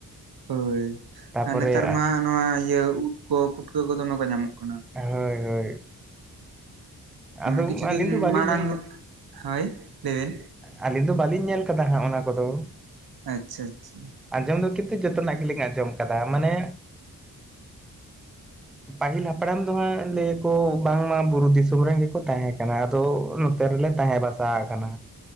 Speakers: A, on the right (about 65°); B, in the centre.
A: ᱦᱳᱭ
B: ᱛᱟᱯᱚᱨᱮ
A: ᱟᱨ ᱱᱮᱛᱟᱨ ᱢᱟ ᱱᱚᱣᱟ ᱤᱭᱟᱹ ᱩᱫ ᱠᱚ ᱯᱩᱴᱠᱟᱹ ᱠᱚ ᱫᱚᱢᱮ ᱠᱚ ᱧᱟᱢᱚᱜ ᱠᱟᱱᱟ
B: ᱦᱳᱭ ᱦᱳᱭ ᱟᱫᱚ
A: ᱠᱤᱪᱷᱩ
B: ᱟᱹᱞᱤᱧ
A: ᱫᱤᱱ
B: ᱫᱚ ᱵᱟᱹᱞᱤᱧ
A: ᱢᱟᱲᱟᱝ
B: ᱧᱮᱞ
A: ᱦᱳᱭ ᱞᱟᱹᱭ ᱵᱮᱱ
B: ᱟᱹᱞᱤᱧ ᱫᱚ ᱵᱟᱹᱞᱤᱧ ᱧᱮᱞ ᱟᱠᱟᱫᱟ ᱦᱟᱸᱜ ᱚᱱᱟ ᱠᱚᱫᱚ
A: ᱟᱪᱪᱷᱟ ᱟᱪᱪᱷᱟ
B: ᱟᱸᱡᱚᱢ ᱫᱚ ᱠᱤᱱᱛᱩ ᱡᱚᱛᱚᱱᱟᱜ ᱜᱮᱞᱤᱧ ᱟᱸᱡᱚᱢ ᱠᱟᱫᱟ ᱢᱟᱱᱮ ᱯᱟᱹᱦᱤᱞ ᱦᱟᱯᱲᱟᱢ ᱫᱚ ᱦᱟᱸᱜ ᱞᱟᱹᱭᱟ ᱟᱠᱚ ᱵᱟᱝᱢᱟ ᱵᱩᱨᱩ ᱫᱤᱥᱚᱢ ᱨᱮᱱ ᱜᱮᱠᱚ ᱛᱟᱦᱮᱸ ᱠᱟᱱᱟ ᱟᱫᱚ ᱥᱮ ᱨᱮᱞᱮ ᱛᱟᱦᱮᱸ ᱵᱟᱥᱟ ᱟᱠᱟᱱᱟ